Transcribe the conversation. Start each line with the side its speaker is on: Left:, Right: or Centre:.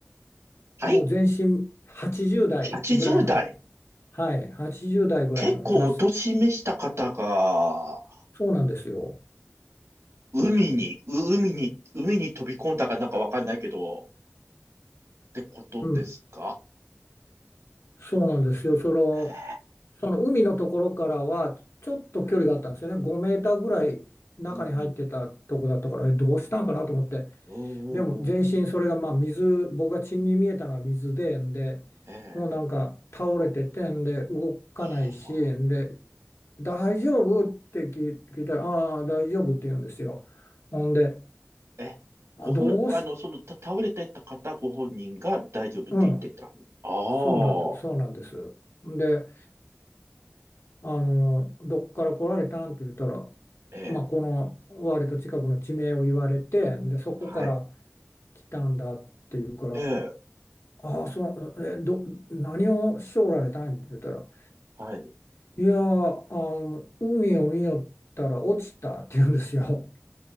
Right: はい。
Left: もう全身80代ぐらいの、
Right: 80代。
Left: はい、80代ぐらいの女性
Right: 結構お年めした方が、
Left: そうなんですよ。
Right: 海に、う海に、海に飛び込んだかなんかわかんないけど、ってことですか
Left: うんそうなんですよ。その、
Right: え
Left: その海のところからはちょっと距離があったんですよね。
Right: え。うん。
Left: 5メーターぐらい中に入ってたとこだったから、
Right: うん
Left: え、どうしたんかなと思って。
Right: うんうんうんうん。
Left: でも全身それがまあ水、僕が血に見えたのは水で、んで、
Right: ええ。
Left: もうなんか倒れてて、んで動かないし、
Right: は
Left: んで、大丈夫って聞い聞いたら、ああ、大丈夫って言うんですよ。ほんで、
Right: あえ、ご本、
Left: あ、どうし、
Right: ごあの、その、た、倒れてた方ご本人が大丈夫って言ってた。
Left: うん、
Right: ああ。
Left: そうなんです、そうなんです。で、あの、どこから来られたんって言ったら、
Right: ええ。
Left: まあ、この割と近くの地名を言われて、で、そこから
Right: はい。
Left: 来たんだって言うから、
Right: ええ、
Left: ああ、その、え、ど、何をしてられたんって言ったら、
Right: はい、
Left: いやー、あの、海を見よったら落ちたって言うんですよ。